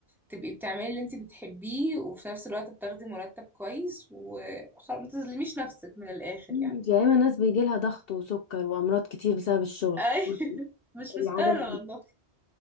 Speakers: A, in the centre; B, on the left.
A: تبقي بتعملي اللي انت بتحبيه وفي نفس الوقت بتاخدي مرتب كويس وخلاص ما تظلميش نفسك من الاخر يعني
B: انت يا اما ناس بيجي لها ضغط وسكر وامراض كتير بسبب الشغل
A: اي <laughs> مش
B: العدم
A: مستاهلة والله